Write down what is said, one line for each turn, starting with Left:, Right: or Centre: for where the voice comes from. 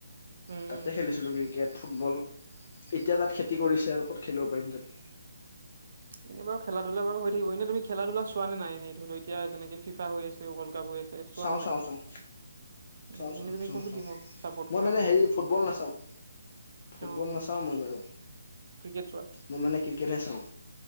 Right: উম,
Left: তাতে
Right: উম, বুজিছো
Left: খেলিছিলোঁ
Right: বুজিছো।
Left: Cricket, football. এতিয়া তাত খেতি কৰিছে আৰু ক'ত খেলিব পাৰিম তাত।
Right: এনে বাৰু খেলা-ধূলা বাৰু হৈ থাকিব, এনে তুমি খেলা-ধূলা চোৱা নে নাই এনে ধৰি লও এতিয়া যেনেকে ফিফা হৈ আছে ৱৰ্ল্ড কাপ হৈ চে চোৱা
Left: চাওঁ
Right: নে
Left: চাওঁ
Right: নাই?
Left: চাওঁ
Right: উম,
Left: চাওঁ, চাওঁ,
Right: এনে তুমি
Left: চাওঁ,
Right: কোনটো
Left: চাওঁ,
Right: টিমক চাপৰ্ট
Left: মই
Right: কৰা
Left: মানে হেৰি ফুটবল নাচাওঁ। ফুটবল
Right: অ,
Left: নাচাওঁ মই বাৰু,
Right: ক্ৰিকেট চোৱা?
Left: মই মানে ক্ৰিকেটহে চাওঁ।